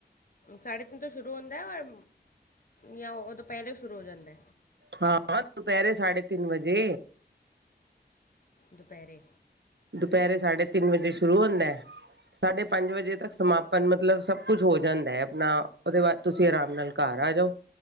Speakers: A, on the left (about 50°); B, on the right (about 80°).
A: ਸਾਢੇ ਤਿੰਨ ਤੋਂ ਸ਼ੁਰੂ ਹੁੰਦਾ ਔਰ ਜਾਂ ਉਹ ਤੋਂ ਪਹਿਲਾਂ ਸ਼ੁਰੂ ਹੋ ਜਾਂਦਾ।
B: ਹਾਂ ਦੁਪਹਿਰੇ ਸਾਢੇ ਤਿੰਨ ਵਜੇ।
A: ਦੁਪਹਿਰੇ।
B: ਦੁਪਹਿਰੇ ਸਾਢੇ ਤਿੰਨ ਵਜੇ ਸ਼ੁਰੂ ਹੁੰਦਾ ਏ। ਸਾਢੇ ਪੰਜ ਵਜੇ ਤੱਕ ਸਮਾਪਨ ਮਤਲਬ ਸਭ ਕੁਛ ਹੋ ਜਾਂਦਾ ਹੈ ਆਪਣਾ ਉਹਦੇ ਬਾਅਦ ਤੁਸੀਂ ਆਰਾਮ ਨਾਲ ਘਰ ਆ ਜਾਓ।